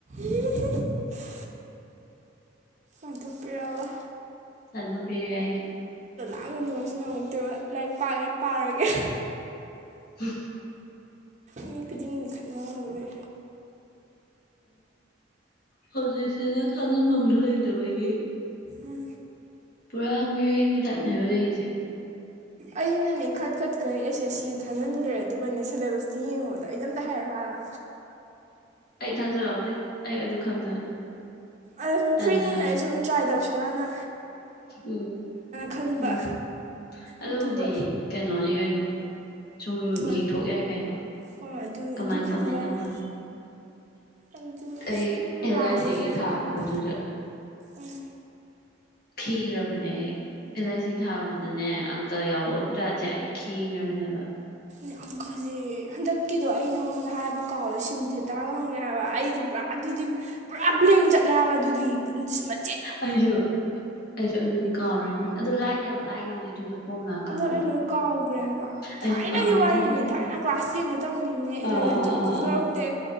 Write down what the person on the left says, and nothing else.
ꯆꯂꯣ ꯐꯔꯏ
ꯍ
ꯍꯧꯖꯤꯛꯁꯤꯅ ꯊꯥꯖꯤꯟꯐꯝꯗꯨ ꯂꯩꯇꯕꯒꯤ
ꯄꯨꯔꯥ ꯃꯤꯔꯒꯤ ꯇꯥꯏꯞꯅꯦꯕ ꯂꯩꯔꯤꯁꯦ
ꯑꯩ ꯊꯥꯖꯔꯛꯎꯗꯦ ꯑꯩ ꯑꯗꯨ ꯈꯪꯗꯅ
ꯇꯟꯗꯅ
ꯎꯝ
ꯎꯝ ꯑꯗꯨꯕꯨꯗꯤ
ꯀꯩꯅꯣꯅꯤ ꯀꯩꯅꯣ ꯁꯨꯝ
ꯌꯦꯡꯊꯣꯛ ꯌꯥꯏ ꯀꯩꯅꯣ
ꯀꯃꯥꯏ
ꯀꯃꯥꯏꯅ
ꯇꯧꯕ
ꯑꯩ ꯑꯦꯜ
ꯑꯥꯏ ꯁꯤꯒꯤ
ꯊꯥꯔꯨꯕꯗꯨꯗ
ꯊꯤ꯭ꯔꯕꯅꯦ ꯑꯦꯂ ꯁꯤ ꯊꯥꯕꯗꯨꯅꯦ ꯑꯪꯀ ꯌꯥꯎ ꯔꯥꯖꯦ ꯍꯥꯏ ꯊꯤꯈ꯭ꯔꯕꯅꯦꯕ
ꯑꯁꯨꯣ ꯑꯖ ꯑꯗꯨ ꯀꯥꯎꯔꯅꯤ ꯑꯗꯨ ꯂꯥꯏꯗꯤ ꯌꯥꯝ ꯂꯥꯏꯒꯤꯈꯤꯕꯅꯦ ꯑꯗꯨꯗꯣ ꯐꯣꯝ ꯂꯥꯛ ꯈꯪꯉꯅꯤ
ꯑꯩꯁꯨ
ꯀꯥꯎꯔꯦꯗ
ꯑꯗꯨꯒꯗꯤ
ꯑꯥ ꯑꯥ
ꯑꯥ